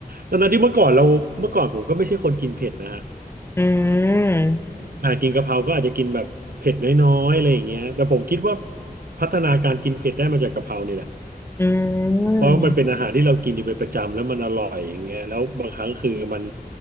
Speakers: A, on the right; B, on the left.
A: ตอนนั้นที่เมื่อก่อนเราเมื่อก่อนผมก็ไม่ใช่คนกินเผ็ดนะฮะ
B: อืม
A: อ่ากินกะเพราก็อาจจะกินแบบเผ็ดน้อยๆอะไรอย่างเงี้ยแต่ผมคิดว่าพัฒนาการกินเผ็ดได้มาจากกะเพรานี่แหละ
B: อืม
A: เพราะว่ามันเป็นอาหารที่เรากินอยู่เป็นประจำแล้วมันอร่อยอย่างเงี้ยแล้วบางครั้งคือมัน